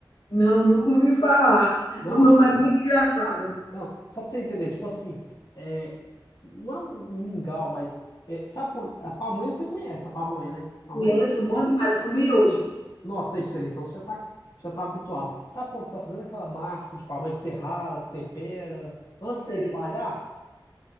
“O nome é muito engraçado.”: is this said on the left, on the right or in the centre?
Left